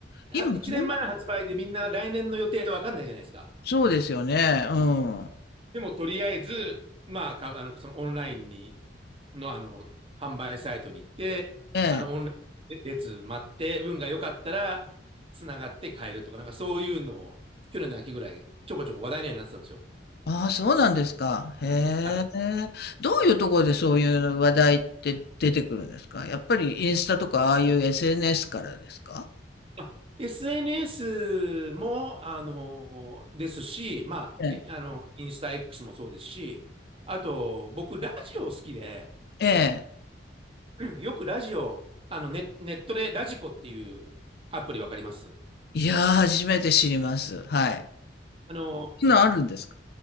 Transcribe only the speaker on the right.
1年前の発売でみんな来年の予定わかんないじゃないですか。
でもとりあえず、まあ、あのそのオンラインにの、あの、販売サイトに行って、
あの、オンラインで列待って、運が良かったら、つながって買えるとか、なんかそういうのを、去年の秋ぐらい、ちょこちょこ話題にはなってたんですよ。
はい。
あ、SNS も、あの、ですし、まあ、
え、あの、インスタ X もそうですし、あと、僕、ラジオ好きで、
<clears throat> よくラジオ、あのネ、ネットでラジコっていうアプリわかります
あの、